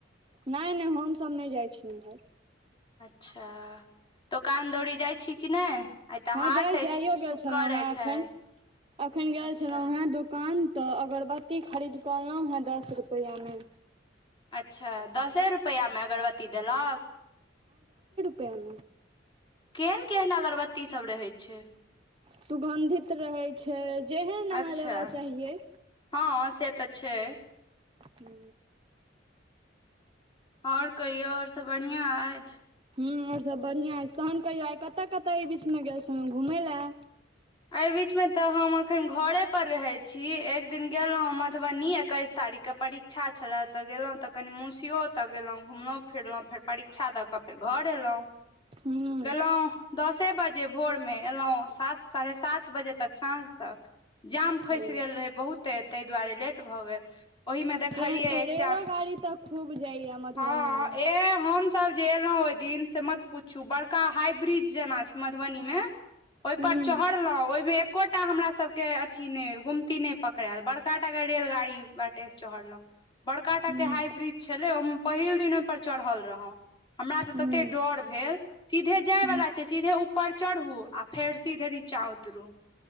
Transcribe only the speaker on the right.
नहि नहि हमसभ नहि जाइ छी उम्हर
हँ
जाइ छी
आइयो गेल
छलहुँ हेँ
एखन
एखन गेल
छलौँ हेँ दूकान तऽ अगरबत्ती खरीद कऽ अलहुँ हँ दस रुपैया में
पन
सुगन्धित रहै छै जेहन
अहाँ लेबाक चाहियै
हू
हँ आर सब बढ़िआं अछि तहन कहियौ आइ कतय कतय एहि बीचमे गेल छलहुँ घूमय लए
हूं
ओ
ट्रेन
रेलो गाड़ी तऽ खूब जाइया मधुबनी
मे
हूं
हूं
हूं
हूं